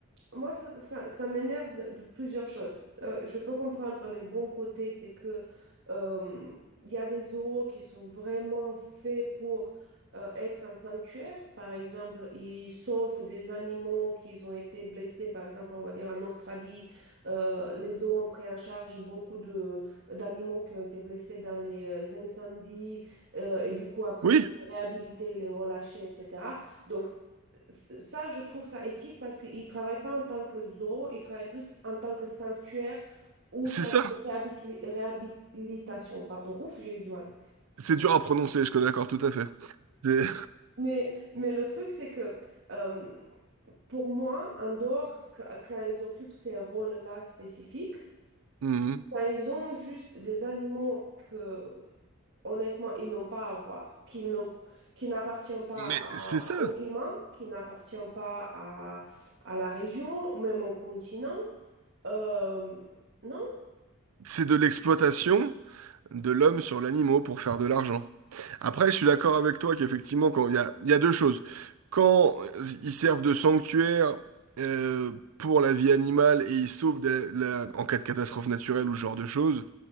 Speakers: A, on the right; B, on the right.
A: Moi, ça, ça- ça m'énerve de, de plusieurs choses. Euh, je peux comprendre les bons côtés, c'est que euh, il y a des zoos qui sont vraiment faits pour euh, être un sanctuaire. Par exemple, ils sauvent des animaux qui ont été blessés. Par exemple, on va dire en Australie, euh, les zoos ont pris en charge beaucoup de d'animaux qui ont été blessés dans les euh, incendies euh, et du coup après
B: Oui,
A: pour les réhabiliter, les relâcher, etc. Donc ça, je trouve ça éthique parce qu'ils ne travaillent pas en tant que zoo, ils travaillent plus en tant que sanctuaire ou
B: c'est
A: centre
B: ça.
A: de réhabili- réhabilitation. Pardon, ouf, j'ai eu du mal.
B: C'est dur à prononcer, je suis d'accord tout à fait. C'est
A: Mais, mais le truc, c'est que euh, pour moi, en dehors, qu- quand ils occupent ces rôles-là spécifiques,
B: <laughs> Mhm.
A: quand ils ont juste des animaux que, honnêtement, ils n'ont pas à voir, qui ne, qui n'appartiennent pas
B: Mais
A: à-
B: c'est ça.
A: au climat, qui n'appartiennent pas à à la région, même au continent. Euh, non,
B: C'est de l'exploitation de l'homme sur l'animaux pour faire de l'argent. Après, je suis d'accord avec toi qu'effectivement, quand il y a, il y a deux choses. Quand ils servent de sanctuaire euh, pour la vie animale et ils sauvent de la- la- en cas de catastrophe naturelle ou ce genre de choses,